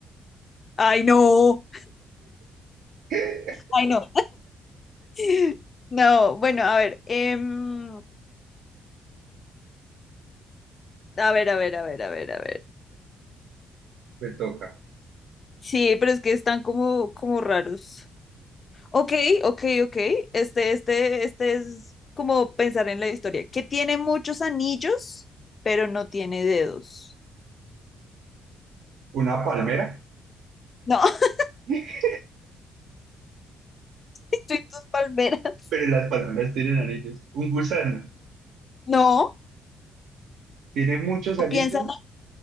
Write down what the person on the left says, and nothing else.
Ay, no.
Ay, no. <laughs> No, bueno, a ver. em, a ver, a ver, a ver, a ver, a ver.
Sí, pero es que están como, como raros. Ok, ok, ok. Este, este, este es como pensar en la historia. Que tiene muchos anillos, pero no tiene dedos.
No. <laughs>
y tus palmeras.
<laughs>
No,
o
piensan